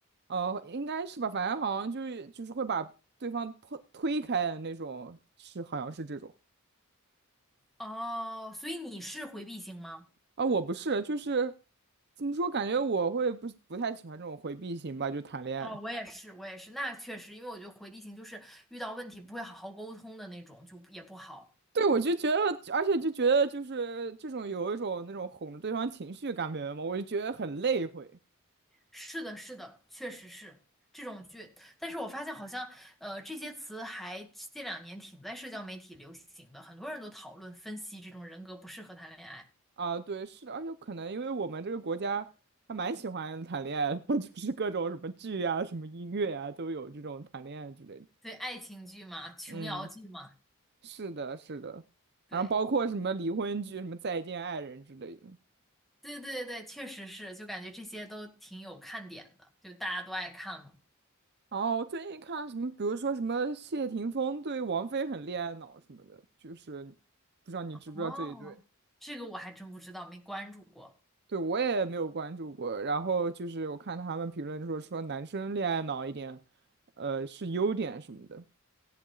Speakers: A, on the right; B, in the centre.
A: 呃，应该是吧，反正好像就是就是会把对方推推开的那种，是好像是这种。
B: 哦，所以你是回避型吗？
A: 啊，我不是，就是怎么说，感觉我会不不太喜欢这种回避型吧，就谈恋爱。
B: 哦，我也是，我也是，那确实，因为我觉得回地形就是遇到问题不会好好沟通的那种，就也不好。
A: 对，我就觉得，而且就觉得就是这种有一种那种哄着对方情绪感觉嘛，我就觉得很累会。
B: 是的，是的，确实是这种剧。但是我发现好像，呃，这些词还这两年挺在社交媒体流行的，很多人都讨论分析这种人格不适合谈恋爱，
A: 啊，对，是的而且可能因为我们这个国家还蛮喜欢谈恋爱的，<laughs> 就是各种什么剧啊、什么音乐啊，都有这种谈恋爱之类的。
B: 对，爱情剧嘛，琼瑶剧嘛，
A: 嗯，是的，是的，
B: 对，
A: 然后包括什么离婚剧、什么再见爱人之类的。
B: 对对对，确实是，就感觉这些都挺有看点的，就大家都爱看嘛。
A: 哦，我最近看什么，比如说什么谢霆锋对王菲很恋爱脑什么的，就是不知道你知不知道这一对？
B: 哦，这个我还真不知道，没关注过。
A: 对，我也没有关注过。然后就是我看他们评论说说男生恋爱脑一点，呃，是优点什么的。